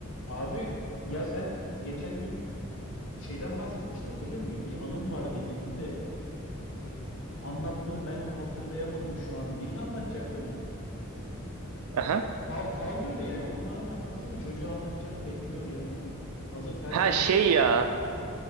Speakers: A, on the left; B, on the right.
A: Abi ya sen geçen gün şeyden bahsetmiştin hatırlıyor musun? Bir, bir anım var dediydin de e, anlattım ben onu hatırlayamadım şu an. Birini anlatacaktım.
B: Aha.
A: Kal, kaldı öyle yani onu bana bir anlatsana. Çocuğa anlatacağım bekliyor bir yandan. Hazır karşılaşmışız.
B: Ha şey ya.